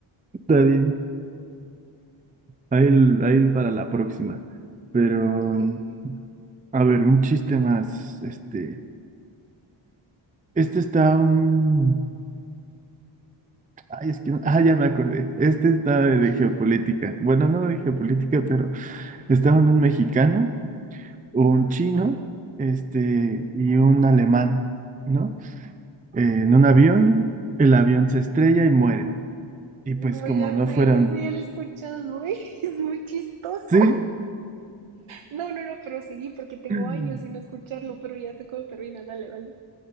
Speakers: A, on the right; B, on the right.
A: está bien. Ahí, el- ahí el para la próxima. Pero,
B: Ok, ok.
A: a ver, un chiste más. Este, este está un. Ay, es que no- Ah, ya me acordé. Este está de,
B: <laughs>
A: de geopolítica. Bueno, no de geopolítica, pero estaban un mexicano, un
B: Ujú,
A: chino, este, y un alemán, ¿no? Eh, en un
B: ok.
A: avión, el avión se estrella y mueren. Y pues,
B: No,
A: como
B: ya
A: no
B: sé,
A: fueron.
B: eso ya lo he escuchado, es muy, <laughs> es muy chistoso.
A: Sí.
B: No, no, no, pero seguí porque tengo
A: <laughs>
B: años sin escucharlo, pero ya sé cómo termina, dale, dale.